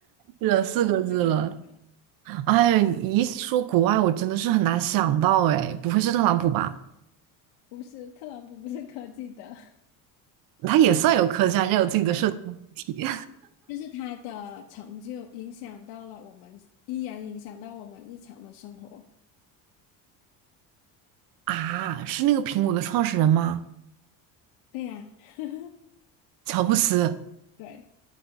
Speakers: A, on the right; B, on the left.
A: 是的，四个字了。
B: 三个字的，
A: 哎呀，你一说国外，我真的是很难想到哎，不会是特朗普吧？
B: 不是，特朗普不是科技的。<laughs>
A: 它也算有科技啊，人家有自己的设计媒体
B: 就是就是他的成就影响到了我们，依然影响到我们日常的生活。
A: <laughs> 啊。是那个苹果的创始人吗？
B: 对呀，<laughs>
A: 乔布斯。
B: 对，